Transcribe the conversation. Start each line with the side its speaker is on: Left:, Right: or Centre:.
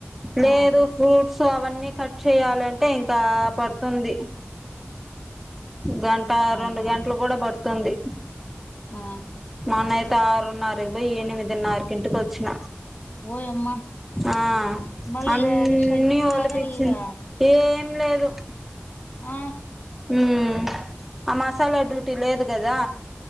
Centre: లేదు
Left: ఆ
Centre: ఫ్రూట్స్ అవన్నీ కట్ చేయాలంటే ఇంకా పడ్తుంది. గంటా
Left: ఆ
Centre: రెండు గంటలు కూడా పడ్తుంది.
Left: ఆ
Centre: మొన్నైతే ఆరున్నరకి పోయి ఎనిమిదిన్నరకి ఇంటికొచ్చిన
Left: ఓయమ్మా
Centre: ఆ
Left: మళ్ళీ
Centre: అన్ని
Left: ఎగస్ట్రా ఇస్తారా
Centre: వలిపించింది
Left: ఈరా
Centre: ఏం లేదు.
Left: ఆ
Centre: మ్ ఆ మసాలా డ్యూటీ లేదు కదా